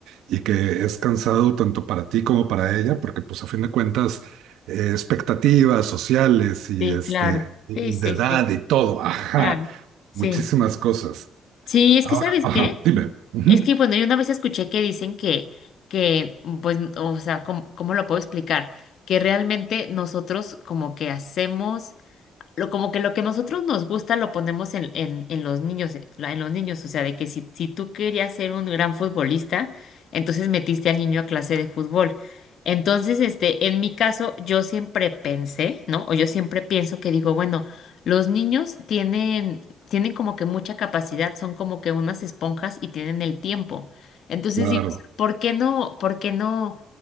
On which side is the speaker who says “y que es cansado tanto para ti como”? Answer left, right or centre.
Right